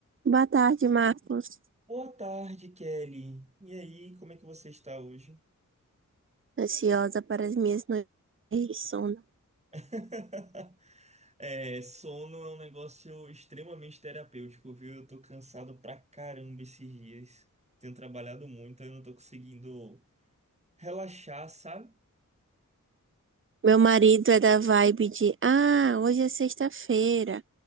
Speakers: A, on the right (about 40°); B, on the right (about 20°).
A: Boa tarde, Marcos.
B: Boa tarde, Kelly. E aí, como é que você está hoje?
A: Ansiosa para as minhas noites de sono.
B: <laughs> É, sono é um negócio extremamente terapêutico, viu? Eu tô cansado pra caramba esses dias. Tenho trabalhado muito, eu não tô conseguindo relaxar, sabe?
A: Meu marido é da vibe de: Ah, hoje é sexta-feira.